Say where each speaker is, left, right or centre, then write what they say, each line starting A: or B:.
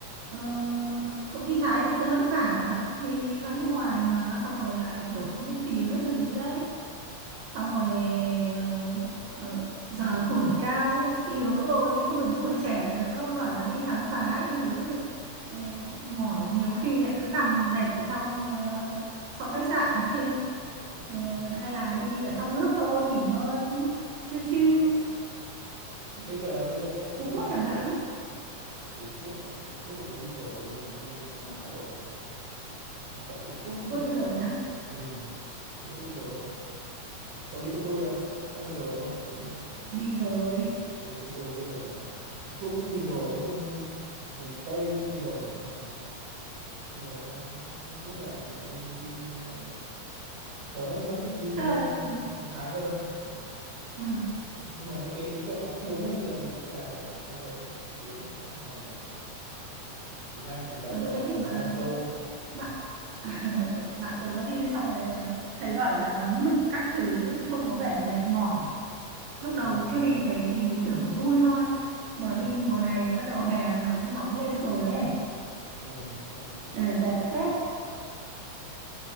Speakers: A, on the right (about 80°); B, on the right (about 60°).
A: ờ, cậu đi Thái thì sẽ hơi vất vả vì sang nước ngoài mà xong rồi lại kiểu không biết tiếng các thứ đấy xong rồi ờ, ờ, giờ tuổi cao sức yếu rồi không phải như hồi trẻ nữa bảo là đi khám phá các thứ ờ, mỏi nhiều khi lại cứ nằm dẹp ở trong ờ, trong khách sạn đấy chứ Ờ,
B: ừ,
A: hay là đi ở trong nước thôi nghỉ ngơi chiêu chiêu
B: trong nước ấy. thì bây giờ bây giờ cũng
A: Phú
B: đơn
A: Quốc
B: giản
A: chẳng
B: với
A: hạn
B: cả Phú Quốc à. Phú Quốc thì tôi đi rồi tôi đi năm ngoái rồi với cả Phú Quốc
A: Phú
B: ừ,
A: Quốc đi rồi á
B: ừ, Phú Quốc đi rồi cậu đi Phú Quốc chưa chắc đi rồi đúng không thấy
A: đi rồi
B: cái tín đồ du lịch đấy Ừ, Phú Quốc cũng đi rồi nói chung miền Tây cũng đi rồi nên là bây giờ đang không không biết là là nên đi ờ, tớ thì vẫn thích đi
A: thế
B: ờ,
A: là ừ,
B: sang Thái hơn Ừ.
A: ừ.
B: nhưng mà những cái ý cậu nói cũng đúng đấy bây giờ mình cũng già cả rồi sang đấy tiếng không dành lắm tiếng Anh thì bập
A: tớ
B: bẹ
A: thấy
B: được
A: thì
B: một
A: bà
B: hai câu ừ.
A: bạn <laughs> bạn tớ nó đi xong rồi nó thấy bảo là nóng nực các thứ trông có vẻ mệt mỏi lúc đầu
B: À,
A: chưa đi thấy thì tưởng là vui thôi mà
B: ừ.
A: đi mùa này bắt đầu hè nó nóng nóng lên rồi ấy
B: Ừ. Ừ.
A: dè dẹt phết